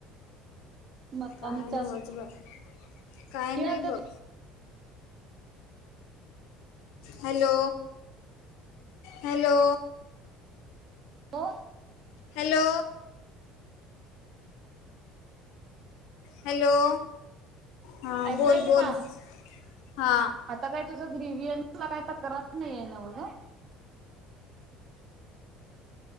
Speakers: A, on the right; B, on the left.
A: मग
B: काय
A: आणि
B: नव्हच बघ, काय नाही
A: ते आता
B: बघ. Hello, hello.
A: हो.
B: हॅलो. हॅलो हा
A: ऐकू
B: बोल
A: यायलय
B: बोल
A: का?
B: हा!
A: आता काही तुझं ग्रीवियन ला काय तक्रार नही हे नव्ह ग.